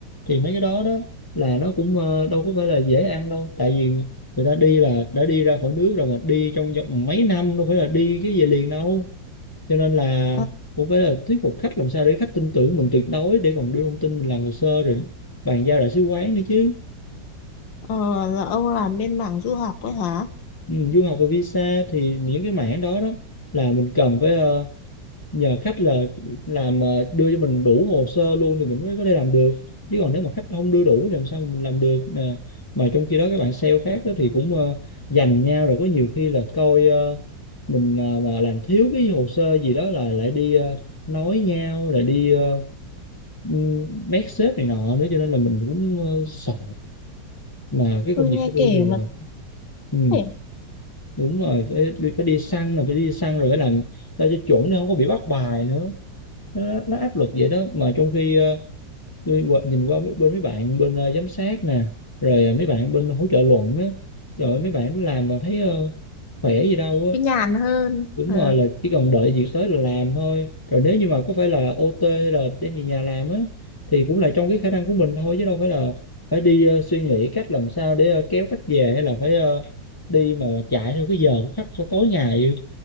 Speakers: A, on the left; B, on the left.
A: thì mấy cái đó đó là nó cũng ờ, đâu có phải là dễ ăn đâu tại vì người ta đi là đã đi ra khỏi nước rồi mà đi trong vòng mấy năm đâu phải là đi cái về liền đâu cho nên là
B: Ờ,
A: cũng phải là thuyết phục khách làm sao để khách tin tưởng mình tuyệt đối để còn đưa thông tin mình làm hồ sơ rồi bàn giao đại sứ quán nữa chứ
B: ờ, là ông làm bên mảng du học ấy hả?
A: ừ, du học và visa thì những cái mảng đó đó là mình cần phải ờ, nhờ khách là làm ờ, đưa cho mình đủ hồ sơ luôn thì mình mới có thể làm được chứ còn nếu mà khách không đưa đủ thì làm sao mình làm được nè mà trong khi đó các bạn sale khác đó thì cũng ờ, giành nhau rồi có nhiều khi là coi ờ, mình ờ, mà làm thiếu cái hồ sơ gì đó là lại đi ờ, nói nhau lại đi ờ, ừm, mét sếp này nọ nữa cho nên là mình cũng ờ, sợ mà cái
B: Tôi
A: công việc
B: nghe
A: của tôi
B: kể
A: thì
B: mà
A: ờ, ừ
B: có vẻ
A: đúng rồi phải, đi- phải đi săn rồi phải đi săn rồi phải làm sao cho chuẩn để không có bị bắt bài nữa nó, nó áp lực vậy đó mà trong khi ờ, tôi qua- nhìn qua bên mấy bạn bên ờ, giám sát nè rồi ờ, mấy bạn bên hỗ trợ luận á rồi mấy bạn làm mà thấy ờ, khỏe gì đâu
B: cái nhàn hơn.
A: đúng
B: Ờ,
A: rồi là chỉ cần đợi việc tới là làm thôi rồi nếu như mà có phải là OT hay là đem về nhà làm á thì cũng là trong cái khả năng của mình thôi chứ đâu phải là phải đi ờ, suy nghĩ cách làm sao để ờ, kéo khách về hay là phải ờ, đi mà mà chạy theo cái giờ của khách cho tối ngày vậy.